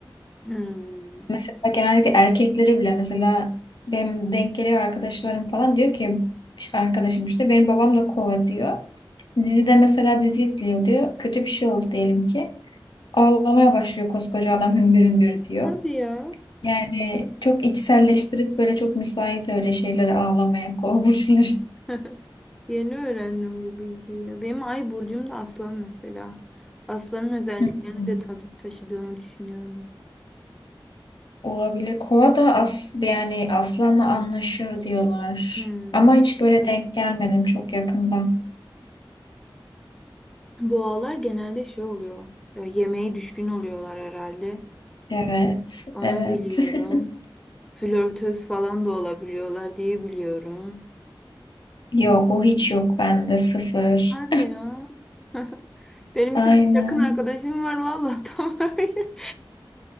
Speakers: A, in the centre; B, on the left.
A: Hmm.
B: Mesela genellikle erkeklere bile mesela benim denk geliyor arkadaşlarım falan diyor ki işte arkadaşım işte benim babam da kova diyor. Dizide mesela dizi izliyor diyor. Kötü bir şey oldu diyelim ki. Ağlamaya başlıyor koskoca adam hüngür hüngür diyor.
A: Hadi ya.
B: Yani çok içselleştirip böyle çok müsait öyle şeylere ağlamaya kova burçları.
A: <laughs> Yeni öğrendim bu bilgiyi. ya. Benim ay burcum da aslan mesela. Aslanın özelliklerini
B: Hı. <laughs>
A: de tadı taşıdığımı düşünüyorum.
B: Olabilir. Kova da as, yani aslanla anlaşır diyorlar.
A: Hmm.
B: Ama hiç böyle denk gelmedim çok yakından.
A: Boğalar genelde şey oluyor. ya Yemeğe düşkün oluyorlar herhalde.
B: Evet,
A: Onu
B: evet.
A: biliyorum.
B: <laughs>
A: Flörtöz falan da olabiliyorlar diye biliyorum.
B: Yok o hiç yok bende sıfır.
A: Hadi ya. <laughs> Benim
B: Aynen.
A: bir tane yakın arkadaşım var vallahi <laughs> tam öyle.